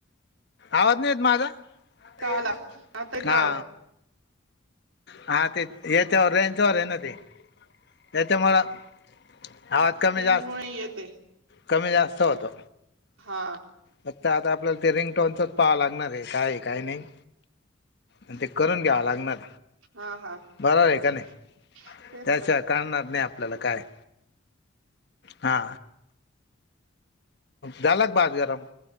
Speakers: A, on the left; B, on the right.
A: आवाज नाहीे येत माझा आता येतो
B: आला आता येतो
A: हा
B: आवाज
A: हा ते याच्यावर रेंचवर ये ना ते त्याच्यामुळं आवाज कमी
B: रेंजमुळे
A: जास्त
B: येते
A: कमी जास्त होतो
B: हा
A: फक्त आता आपल्याला ते रिंगटोनचच पाहावं लागणार आहे काय ये काय नाही आणि ते करून घ्यावं लागणार
B: हा हा
A: बरोबरे
B: चालेल
A: का नाही
B: तेच
A: त्याच्याशिवाय
B: ना
A: कळणार नाही आपल्याला काय ये हा झाला का भात गरम